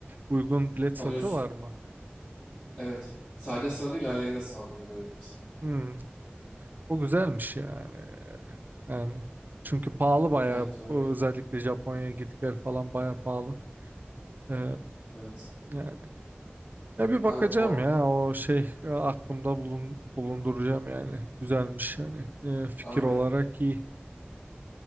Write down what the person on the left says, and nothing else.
Alıyorsun.
Evet. Sadece sana değil ailene de sağlıyorlar öyle diyeyim sana.
Evet o
iyi.
Evet.
Abi
o
abi